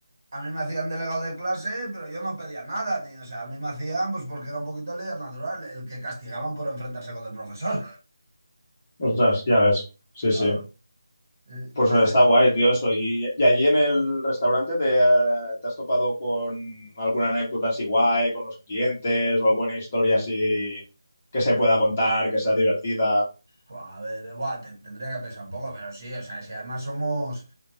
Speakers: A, on the right; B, on the left.
A: a mí me hacían delegado de clase, pero yo no pedía nada, ni, o sea, a mí me hacían, pues porque era un poquito líder natural, el que castigaban por enfrentarse con el profesor,
B: Ostras, ya ves.
A: <laughs>
B: Sí,
A: claro.
B: sí.
A: Eh,
B: Pues
A: pero,
B: eh, está guay, tío, eso. ¿Y, y allí en el restaurante te, eh, te has topado con alguna anécdota así guay, con los clientes o alguna historia así que se pueda contar, que sea divertida?
A: pues, a ver, eh, buah, te- tendría que pensar un poco, pero sí, o sea, si además somos...